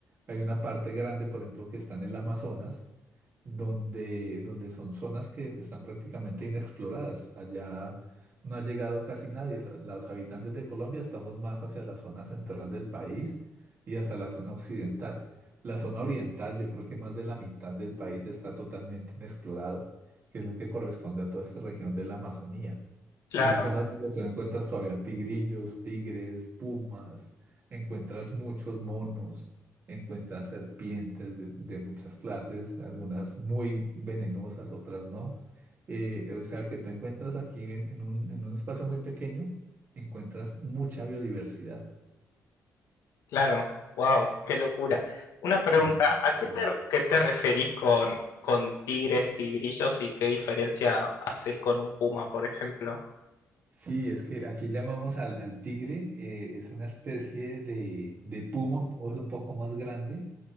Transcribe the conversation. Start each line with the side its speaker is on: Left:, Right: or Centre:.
Right: Hay una parte grande, por ejemplo, que está en el Amazonas donde, donde son zonas que están prácticamente inexploradas. Allá no ha llegado casi nadie. Lo- Los habitantes de Colombia estamos más hacia la zona central del país y hacia la zona occidental. La zona oriental, yo creo que más de la mitad del país está totalmente inexplorado, que es lo que corresponde a toda esta región de la Amazonía.
Left: Claro,
Right: Hay zonas donde tú encuentras todavía tigrillos, tigres, pumas, encuentras muchos monos, encuentras serpientes de, de muchas clases, algunas muy venenosas, otras no. Eh, o sea que tú encuentras aquí en, en un, en un espacio muy pequeño, encuentras mucha biodiversidad.
Left: claro. Wow, qué locura. Una
Right: Sí,
Left: pregunta, ¿a qué
Right: Mm.
Left: te, qué te referís con, con tigres, tigrillos y qué diferencia haces con un puma, por ejemplo?
Right: sí, es que aquí llamamos al, al tigre, eh, es una especie de, de puma, o es un poco más grande